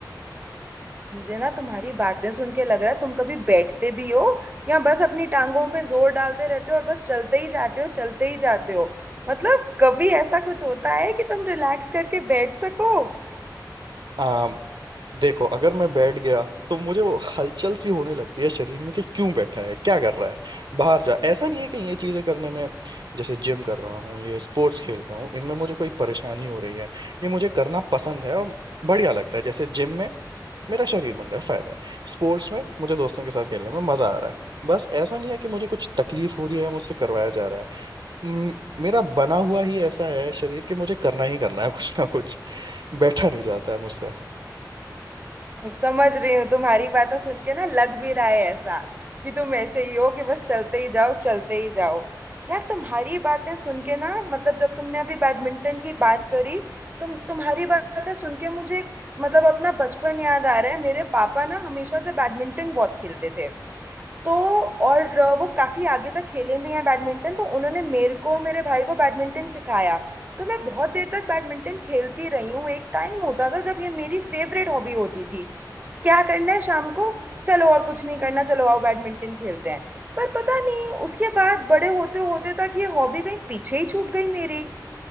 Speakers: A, on the right; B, on the right.
A: मुझे ना तुम्हारी बातें सुन के लग रहा है तुम कभी बैठते भी हो या बस अपनी टांगों पे जोर डालते रहते हो और बस चलते ही जाते हो चलते ही जाते हो मतलब कभी ऐसा कुछ होता है कि तुम रिलैक्स करके बैठ सको
B: हैं देखो अगर मैं बैठ गया तो मुझे वो हलचल सी होने लगती है शरीर में कि क्यों बैठा है क्या कर रहा है बाहर जा ऐसा नहीं है कि ये चीज़ें करने में जैसे जिम कर रहा हूँ ये स्पोर्ट्स खेल रहा हूँ इनमें मुझे कोई परेशानी हो रही है ये मुझे करना पसंद है और बढ़िया लगता है जैसे जिम में मेरा शरीर बन रहा है फायदा है स्पोर्ट्स में मुझे दोस्तों के साथ खेलने में मजा आ रहा है बस ऐसा नहीं है कि मुझे कुछ तकलीफ हो रही है या मुझसे करवाया जा रहा है म- मेरा बना हुआ ही ऐसा है शरीर कि मुझे करना ही करना है कुछ ना कुछ बैठा नहीं जाता है मुझसे
A: समझ रही हूँ तुम्हारी बातें सुन के ना लग भी रहा है ऐसा कि तुम ऐसे ही हो कि बस चलते ही जाओ चलते ही जाओ यार तुम्हारी बातें सुन के ना मतलब जब तुमने अभी बैडमिंटन की बात करी तुम तुम्हारी बातें सुन के मुझे मतलब अपना बचपन याद आ रहा है मेरे पापा ना हमेशा से बैडमिंटन बहुत खेलते थे तो और अ, वो काफी आगे तक खेले भी हैं बैडमिंटन तो उन्होंने मेरे को मेरे भाई को बैडमिंटन सिखाया तो मैं बहुत देर तक बैडमिंटन खेलती रही हूँ एक टाइम होता था जब ये मेरी फेवरेट हॉबी होती थी क्या करना है शाम को चलो और कुछ नहीं करना चलो आओ बैडमिंटन खेलते हैं पर पता नहीं उसके बाद बड़े होते होते तक ये हॉबी कहीं पीछे ही छूट गई मेरी